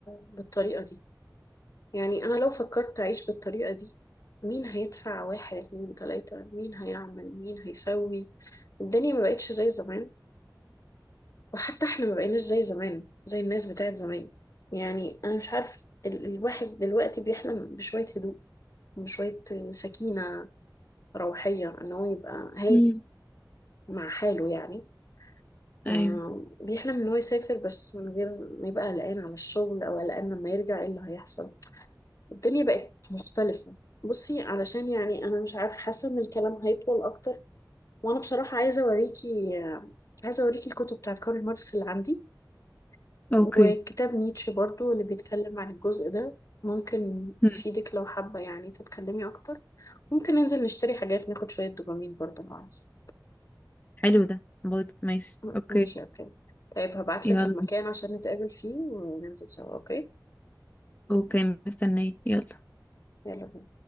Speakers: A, on the left; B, on the left.
A: بالطريقة دي يعني انا لو فكرت اعيش بالطريقة دي مين هيدفع واحد اتنين تلاتة مين هيعمل مين هيسوي الدنيا ما بقتش زي زمان وحتى احنا ما بقيناش زي زمان زي الناس بتاعت زمان يعني انا مش عارف ال الواحد دلوقتي بيحلم بشوية هدوء بشوية سكينة روحية ان هو يبقى هادي
B: مم.
A: مع حاله يعني آه
B: ايوه
A: بيحلم ان هو يسافر بس من غير ما يبقى قلقان على الشغل او قلقان لما يرجع ايه اللي هيحصل الدنيا بقت مختلفة بصي علشان يعني انا مش عارف حاسة ان الكلام هيطول اكتر وانا بصراحة عايزة اوريكي آه، عايزة اوريكي الكتب بتاعت كارل ماركس اللي عندي وكتاب
B: اوكي
A: نيتشه برضو اللي بيتكلم عن الجزء ده ممكن
B: هم.
A: يفيدك لو حابة يعني تتكلمي أكتر ممكن ننزل نشتري حاجات ناخد شوية دوبامين برضو لو عايزة
B: حلو ده برضه ماشي
A: م-
B: اوكي
A: ماشي أوكي طيب هبعتلك
B: يلا
A: المكان عشان نتقابل فيه وننزل سوا أوكي
B: اوكي مستنية يلا
A: يلا